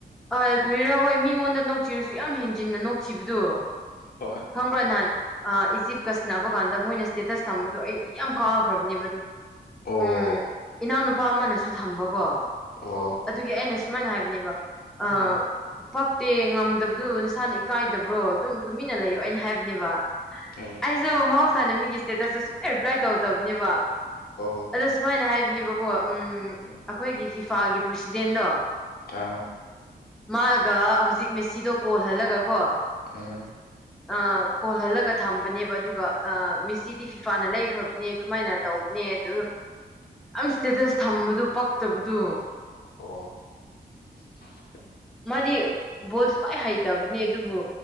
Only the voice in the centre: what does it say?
ꯑ ꯈ꯭ꯔꯤꯔꯥ ꯍꯣꯏ ꯃꯤꯉꯣꯟꯗ ꯅꯣꯛꯊꯤꯔꯁꯨ ꯌꯥꯝ ꯍꯦꯟꯖꯤꯟꯅ ꯅꯣꯛꯈꯤꯕꯗꯨ
ꯀꯣꯝꯕ꯭ꯔꯅꯥꯍꯟ ꯏꯖꯤꯞꯀ ꯁꯤꯟꯅꯕ ꯀꯥꯟꯗ ꯃꯣꯏꯅ ꯏꯁꯇꯦꯇꯁ ꯊꯝꯕꯗꯣ ꯑꯩ ꯌꯥꯝ ꯀꯥꯈ꯭ꯔꯕꯅꯦꯕ ꯑꯗꯨ
ꯎꯝ ꯏꯅꯥꯎꯅꯨꯄꯥ ꯑꯃꯅꯁꯨ ꯊꯝꯕꯀꯣ
ꯑꯗꯨꯒꯤ ꯑꯩꯅ ꯁꯨꯃꯥꯏꯅ ꯍꯥꯏꯕꯅꯦꯕ ꯑ
ꯐꯛꯇꯦ ꯉꯝꯗꯕꯗꯨ ꯅꯁꯥꯅ ꯏꯀꯥꯏꯗꯕ꯭ꯔꯣ ꯑꯗꯨꯝ ꯇꯨꯃꯤꯟꯅ ꯂꯩꯌꯣ ꯑꯩꯅ ꯍꯥꯏꯕꯅꯦꯕ
ꯑꯩꯁꯨ ꯃꯍꯧꯁꯥꯅ ꯃꯤꯒꯤ ꯏꯁꯇꯦꯇꯁꯇ ꯁꯨꯛꯂꯥꯏ ꯔꯤꯄ꯭ꯂꯥꯏ ꯇꯧꯗꯕꯅꯦꯕ꯫
ꯑꯗꯣ ꯁꯨꯃꯥꯏꯅ ꯍꯥꯏꯕꯅꯦꯕꯀꯣ ꯎꯝ
ꯑꯈꯣꯏꯒꯤ ꯐꯤꯐꯥꯜꯒꯤ ꯄ꯭ꯔꯁꯤꯗꯦꯟꯗꯣ꯫
ꯃꯥꯔꯒ ꯍꯧꯖꯤꯛ ꯃꯦꯁꯤꯗꯣ ꯀꯣꯜꯍꯜꯂꯒ ꯀꯣ
ꯑ ꯀꯣꯜꯂꯍꯂ ꯊꯝꯕꯅꯦꯕ ꯑꯗꯨꯒ ꯑ ꯃꯦꯁꯤꯗꯤ ꯐꯤꯐꯥꯅ ꯂꯩꯈ꯭ꯔꯕꯅꯦ ꯑꯗꯨꯃꯥꯏꯅ ꯇꯧꯕꯅꯦ ꯑꯗꯨ ꯌꯥꯝ ꯁ꯭ꯇꯦꯇꯁ ꯊꯝꯕꯗꯨ ꯄꯛꯇꯕꯗꯨ꯫
ꯃꯥꯗꯤ ꯕꯣꯜꯁ ꯈ꯭ꯋꯥꯏ ꯍꯩꯇꯕꯅꯦ ꯑꯗꯨꯕꯨ